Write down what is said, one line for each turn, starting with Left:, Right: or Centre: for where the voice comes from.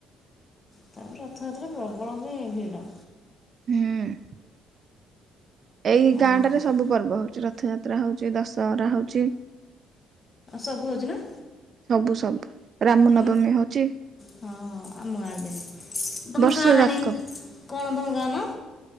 Left: ତାପରେ ରଥଯାତ୍ରା ପ୍ରବଳ ବି ଭିଡ଼।
Right: ହୁଁ। ଏଇ
Left: ହଁ
Right: ଗାଁଟାରେ ସବୁ ପର୍ବ ହଉଚି ରଥଯାତ୍ରା ହଉଚି ଦଶହରା ହଉଚି।
Left: ସବୁ ହଉଚି ନା?
Right: ସବୁ ସବୁ ରାମନବମୀ
Left: ତମ
Right: ହଉଚି।
Left: ହଁ ହଁ ଆମ ଗାଁରେ ବି ତମ
Right: ବର୍ଷ
Left: ଗାଁ ଜାଣିନି
Right: ଯାକ
Left: କଣ ତମ ଗାଁ ନା?